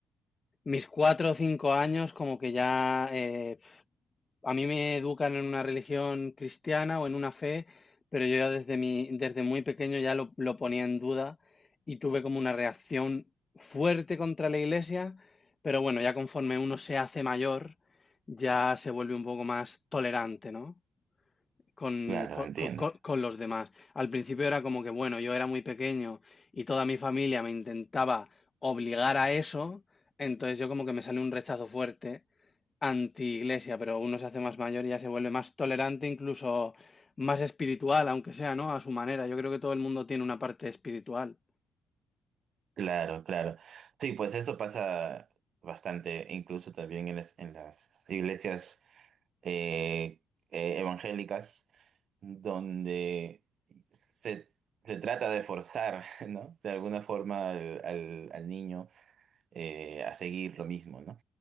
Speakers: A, on the left; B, on the right.
A: mis cuatro o cinco años como que ya eh, a mí me educan en una religión cristiana o en una fe, pero yo ya desde mi, desde muy pequeño ya lo, lo ponía en duda y tuve como una reacción fuerte contra la iglesia, pero bueno, ya conforme uno se hace mayor, ya se vuelve un poco más tolerante, ¿no? Con,
B: Claro,
A: con-
B: entiendo.
A: con- con- con los demás. Al principio era como que, bueno, yo era muy pequeño y toda mi familia me intentaba obligar a eso, entonces yo como que me salió un rechazo fuerte anti-iglesia, pero uno se hace más mayor y ya se vuelve más tolerante, incluso más espiritual, aunque sea, ¿no? A su manera. Yo creo que todo el mundo tiene una parte espiritual.
B: Claro, claro. Sí, pues eso pasa bastante, incluso también en las, en las iglesias eh, eh, evangélicas, donde se, se trata de forzar, <laughs> ¿no? De alguna forma al, al- al niño eh, a seguir lo mismo, ¿no?